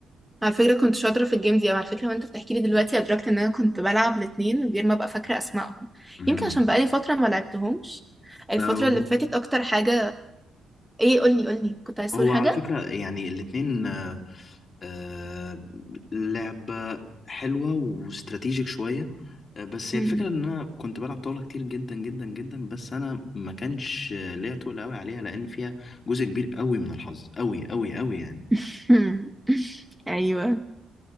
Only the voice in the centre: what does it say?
على فكرة كنت شاطرة في الجيم دي او على فكرة وانت بتحكي لي دلوقتي ادركت ان انا كنت بلعب الاتنين من غير ما ابقى فاكرة اسمائهم
يمكن عشان بقالي فترة ما لعبتهمش الفترة
اللي فاتت اكتر حاجة ايه قولي قولي كنت عايز
تقول حاجة
مم.
<laughs> ايوه